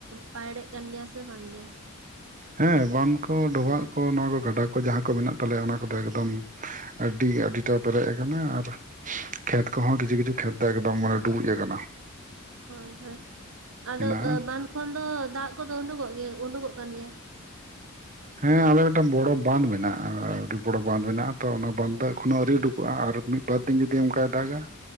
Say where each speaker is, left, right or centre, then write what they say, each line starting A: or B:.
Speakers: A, on the right; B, on the right.
A: ᱯᱟᱭᱲᱮᱜ ᱠᱟᱱ ᱜᱮᱭᱟ ᱥᱮ ᱵᱟᱝᱜᱮ?
B: ᱦᱮᱸ ᱵᱟᱸᱫᱷ ᱠᱚ ᱰᱚᱵᱷᱟᱜ ᱠᱚ, ᱱᱚᱣᱟ ᱠᱚ ᱜᱟᱰᱟ ᱠᱚ ᱡᱟᱦᱟᱸ ᱠᱚ ᱢᱮᱱᱟᱜ ᱛᱟᱞᱮᱭᱟ ᱚᱱᱟ ᱠᱚᱫᱚ ᱮᱠᱫᱚᱢ ᱟᱹᱰᱤ ᱟᱹᱰᱤᱴᱟ ᱯᱮᱨᱮᱡ ᱠᱟᱱᱟ ᱟᱨ ᱠᱷᱮᱛ ᱠᱚᱦᱚᱸ ᱠᱤᱪᱷᱩ ᱠᱤᱪᱷᱩ ᱠᱷᱮᱛ ᱫᱚ ᱮᱠᱫᱚᱢ ᱢᱟᱱᱮ ᱰᱩᱵᱩᱡ ᱟᱠᱟᱱᱟ ᱾
A: ᱦᱳᱭ, ᱦᱳᱭ, ᱟᱫᱚ
B: ᱦᱮᱱᱟᱜᱼᱟ
A: ᱚ ᱵᱟᱸᱫᱷ ᱠᱷᱚᱱ ᱫᱚ ᱫᱟᱜ ᱠᱚᱫᱚ ᱩᱸᱰᱩᱝᱚᱜ ᱜᱮ ᱩᱰᱩᱝᱚᱜ ᱠᱟᱱ ᱜᱮᱭᱟ?
B: ᱦᱮᱸ ᱟᱞᱮ ᱢᱮᱫᱴᱟᱝ ᱵᱚᱲᱚ ᱵᱟᱸᱫ ᱢᱮᱱᱟᱜᱼᱟ ᱟᱹᱰᱤ ᱵᱚᱲᱚ ᱵᱟᱸᱫᱷ ᱢᱮᱱᱟᱜᱼᱟ ᱛᱚ ᱚᱱᱟ ᱵᱟᱸᱫᱷ ᱫᱟᱜ ᱮᱠᱷᱚᱱᱚ ᱟᱣᱨᱤ ᱩᱰᱩᱠᱚᱜᱼᱟ ᱟᱨ ᱢᱤᱫ ᱵᱟᱨ ᱫᱤᱱ ᱡᱩᱫᱤ ᱚᱱᱠᱟᱭ ᱫᱟᱜᱟ,